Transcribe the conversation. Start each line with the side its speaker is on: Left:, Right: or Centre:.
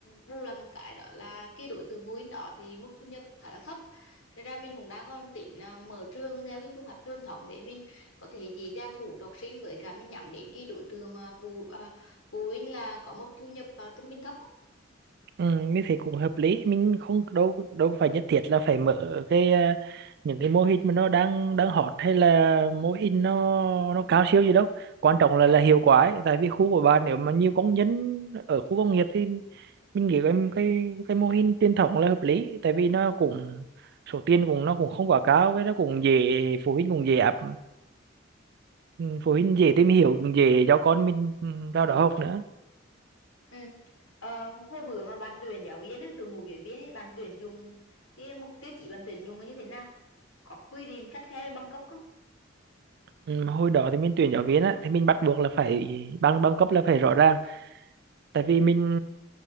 Left: bù là một cái đó là cái đối tượng phụ huynh đó thì mức thu nhập khá là thấp thế ra mình cũng đang còn tính là mở trường theo cái phương pháp truyền thống để mình có thể dễ dàng thu hút học sinh với cả mình nhắm đến cái đối tượng à, phụ à, phụ huynh là có mức thu nhập à, trung bình thấp á.
Right: Ừ, như thế cũng hợp lý mình không đâu đâu phải nhất thiết là phải mở cái à, những cái mô hình mà nó đang đang hot hay là mô hình nó nó cao siêu gì đâu quan trọng là là hiệu quả ấy. tại vì khu của bạn nếu mà nhiều công nhân ở khu công nghiệp thì mình nghĩ cái cái cái mô hình truyền thống là hợp lý tại vì nó cũng số tiền cũng nó cũng không quá cao với nó cũng dễ phụ huynh cũng dễ áp ừ, phụ huynh dễ tìm hiểu
Left: ừ.
Right: cũng dễ cho con mình ừ, vào đó học nữa
Left: Ừ. Ờ, hồi bữa mà bạn tuyển giáo viên á, đội ngũ giáo viên ấy, bạn tuyển dùng cái mục tiêu chỉ bạn tuyển dùng là như thế nào có quy định khắt khe về bằng cấp không
Right: Ừ, mà hồi đó thì mình tuyển giáo viên á thì mình bắt buộc là phải bằng bằng cấp là phải rõ ràng tại vì mình